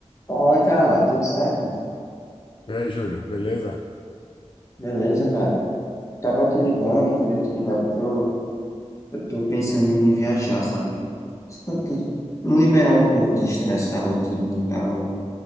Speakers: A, on the left; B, on the left.
A: Fala, cara, tudo certo?
B: E aí, Júlio, beleza?
A: Beleza, cara. Tava te ligando, queria te ligar porque eu, eu tô pensando em viajar, sabe? Só te- Liberar um pouco de estresse da rotina e tal,